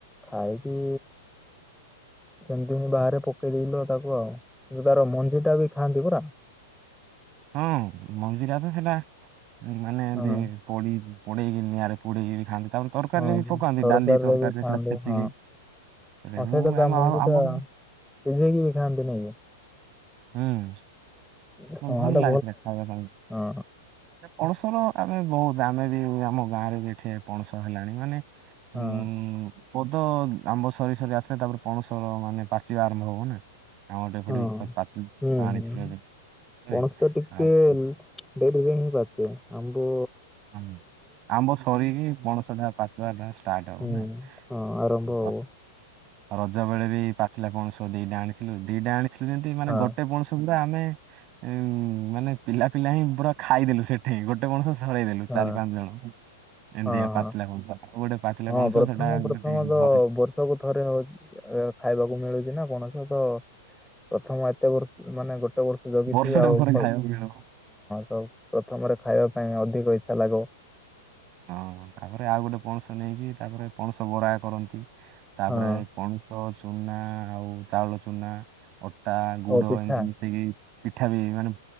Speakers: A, in the centre; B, on the right (about 40°).
A: ଖାଇକି ସେମିତି ମୁଁ ବାହାରେ ପକେଇଦେଥିଲି ତ ତାକୁ ଆଉ କିନ୍ତୁ ତାର ମଞ୍ଜିଟା ବି ଖାଆନ୍ତି ପରା?
B: ହଁ ମଞ୍ଜିଟା ତ ସେଟା ମାନେ ଏମତି
A: ହଁ
B: ପୋଡ଼େଇକି ପୋଡ଼େଇକି ନିଆଁରେ ପୋଡ଼େଇକି ଖଆନ୍ତି ତାପରେ। ତରକାରୀରେ
A: ହଁ
B: ବି ପକାନ୍ତି ଡାଲି ତରକାରୀରେ
A: ବି ଖାଆନ୍ତି
B: ସେଇଟା ଛେଚିକି
A: ହଁ
B: ସେ
A: ହଁ
B: ମୁଁ
A: ସେଇଟା ତା
B: ଆମ
A: ମଞ୍ଜି
B: ଆମର
A: ଟା ସିଝେଇକି ବି ଖାନ୍ତି ନାଇଁ କି?
B: ହୁଁ
A: କି ହଁ
B: ଭଲ
A: ଏଇଟା
B: ଲାଗେ ସେଟା ଖାଇବା ପାଇଁ।
A: ହଁ
B: ପଣସର ଆମେ ବହୁତ ଆମେ ବି ଆମ ଗାଁ ରେ ବି ଏଠେ ପଣସ ହେଲାଣି ମାନେ
A: ହଁ
B: ଉଁ ଉଁ ଉଁ। ପ ତ ଆମ୍ବ ସରି ସରି ଆସିଲେ ତାପରେ ପଣସ ମାନେ ପାଚିବା ଆରମ୍ଭ ହବ ନା ଆ ଗଟେ
A: ହଁ
B: ଏପଟେ ଆଣିଥିଲ
A: ହୁଁ ହୁଁ
B: ବୋଲି
A: ପଣସ ତ ଟିକେ
B: <inaudible>
A: ଡେରିରେ ହିଁ ପାଚେ ଆମକୁ
B: ହଁ ଆମ୍ବ ସରିକି ପଣସଟା ପାଚିବାପାଇଁ ଷ୍ଟାର୍ଟ ହବ
A: ହୁଁ
B: ନା?
A: ହଁ ଆରମ୍ଭ
B: ଉ
A: ହବ
B: ରଜ ବେଳେ ବି ପାଚିଲା ପଣଶ ଦିଟା ଆଣିଥିଲୁ ଦିଟା ଆଣିଥିଲୁ ଯେମିତି ମାନେ
A: ହଁ
B: ଗୋଟେ ପଣଶ କିନ୍ତୁ ଆମେ ଉ ମାନେ ପିଲା ପିଲା ହିଁ ପୁରା ଖାଇଦେଲୁ ସେଠେଇ ଗୋଟେ ପଣଷ ଧରଇଦେଲୁ
A: ହଁ
B: ଚାରି ପାଞ୍ଚ ଜଣ ଏମିତିଆ
A: ହଁ
B: ପାଚଲା
A: ହଁ।
B: <inaudible> ଗୋଟେ ପାଚିଲା
A: ହଁ
B: ପଣସ
A: ପ୍ରଥମ
B: ସେଟା
A: ପ୍ରଥମ
B: ମାନେ
A: ତ
B: ଘରେ
A: ବର୍ଷକୁ ଥରେ ହଉଛି ଖାଇବାକୁ ମିଳୁଛି ନା ପଣସ ତ ପ୍ରଥମ ଏତେ ବର୍ଷ ମାନେ ଗୋଟେ ଗୋଟେ ବର୍ଷ ଜଗିଥିବେ
B: ବର୍ଷଟେ
A: ଆଉ
B: ପରେ
A: ହଁ
B: ଖାଇବାକୁ ମିଳିବ।
A: ତ ପ୍ରଥମରେ ଖାଇବା ପାଇଁ ଅଧିକ ଇଚ୍ଛା ଲାଗିବ
B: ହଁ ତାପରେ ଆଉ ଗୋଟେ ପଣସ ନେଇକି ତାପରେ ପଣସ ବରା କରନ୍ତି। ତାପରେ
A: ହଁ
B: ପଣସ ଚୁନା ଆଉ ଚାଉଳ ଚୁନା ଅ ତା ଗୁଡ
A: ଓ ପିଠା
B: ଏମତି ମିଶେଇକି ପିଠା ବି ମାନେ